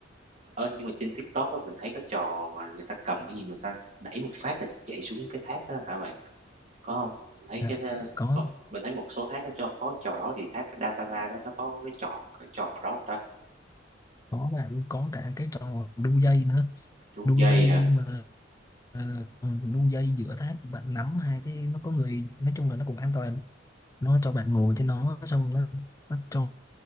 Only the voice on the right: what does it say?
Ơ, nhưng mà trên TikTok á, mình thấy có trò mà người ta cầm cái gì người ta đẩy một phát là chạy xuống cái thác đó hả bạn? Có không Mình thấy
cái đó
có mình thấy một số thác nó cho có trò đó thì thác datala đó nó có cái trò cái trò đó hông ta?
Đu
dây
hả?